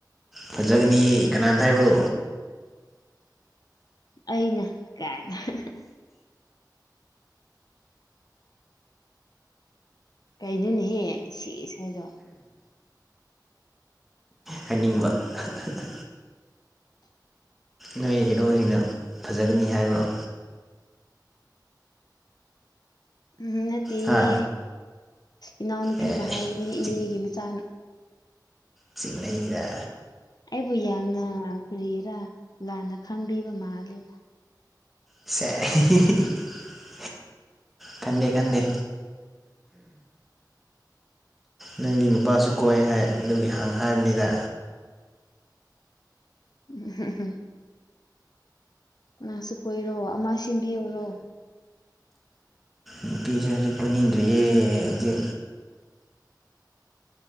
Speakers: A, in the centre; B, on the left (about 60°).
A: ꯐꯖꯒꯅꯤ ꯀꯅꯥꯅ ꯍꯥꯏꯕ꯭ꯔꯣ
B: ꯑꯩꯅ ꯀꯥꯏꯅ ꯍꯥ ꯍꯥ ꯀꯩꯅꯣꯅꯦꯍꯦ ꯁꯤ ꯍꯥꯏꯗꯣ
A: ꯍꯥꯏꯅꯤꯡꯕ ꯍꯥ ꯍꯥ ꯅꯣꯏ ꯍꯤꯔꯣꯖꯤꯅ ꯐꯖꯒꯅꯤ ꯍꯥꯏꯕ꯭ꯔꯣ
B: ꯎꯝ ꯅꯠꯇꯦꯌꯦ
A: ꯍꯥ
B: ꯏꯅꯥꯎꯅꯨꯄꯤꯅ
A: ꯑꯦ
B: ꯍꯥꯏꯕꯅꯦ ꯏꯅꯦꯒꯤ
A: ꯆꯤꯡ
B: ꯃꯆꯥꯅ
A: ꯆꯤꯡꯅꯩꯗ
B: ꯑꯩꯕꯨ ꯌꯥꯝꯅ ꯀ꯭ꯔꯤꯔꯥ ꯂꯥꯟꯅ ꯈꯪꯕꯤꯕ ꯃꯥꯂꯦ
A: ꯁꯦ ꯍꯤ ꯍꯤ ꯈꯟꯗꯦ ꯈꯟꯗꯦ ꯅꯪꯗꯤ ꯅꯨꯄꯥꯁꯨ ꯀꯣꯏ ꯍꯥꯏ ꯑꯗꯨꯒꯤ ꯍꯪ ꯍꯥꯏꯕꯅꯤꯗ
B: ꯑꯍꯨ ꯍꯨ ꯉꯪꯁꯨ ꯀꯣꯏꯔꯣ ꯑꯃ ꯁꯤꯟꯕꯤꯌꯣꯔꯣ
A: ꯅꯨꯄꯤꯖꯦ ꯄꯨꯟꯅꯤꯡꯗꯔ꯭ꯦ ꯑꯩꯖꯨ